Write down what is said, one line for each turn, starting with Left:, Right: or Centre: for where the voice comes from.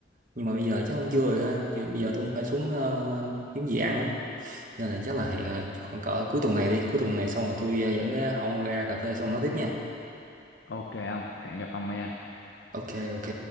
Right: nhưng mà bây giờ chắc không chưa rồi ha giờ, bây giờ tôi cũng phải xuống ờ, kiếm gì ăn á nên là chắc là hẹn rồi khoảng cỡ cuối tuần này đi cuối tuần này xong rồi tôi ờ, dẫn ra ông ra cà phê xong nói tiếp nha
Left: Ok ông, hẹn gặp ông nha.
Right: ok ok